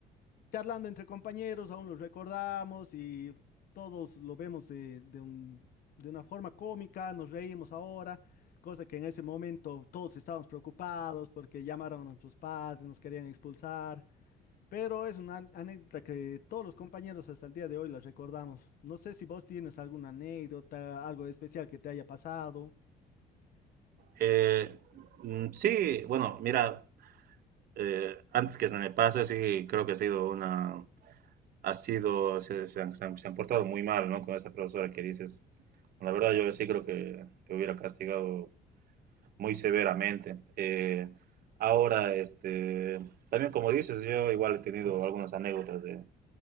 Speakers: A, on the left; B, on the right.
A: charlando entre compañeros aún lo recordamos y todos lo vemos de, de un- de una forma cómica, nos reímos ahora, cosa que en ese momento todos estábamos preocupados porque llamaron a nuestros padres, nos querían expulsar, pero es una anécdota que todos los compañeros hasta el día de hoy la recordamos. No sé si vos tienes alguna anécdota, algo especial que te haya pasado.
B: Eh, mm, sí, bueno, mira, eh, antes que se me pase, sí, creo que ha sido una, ha sido, se, se han, se han- se han portado muy mal, ¿no? Con esta profesora que dices. La verdad, yo sí creo que te hubiera castigado muy severamente. Eh, ahora, este, también como dices, yo igual he tenido algunas anécdotas de-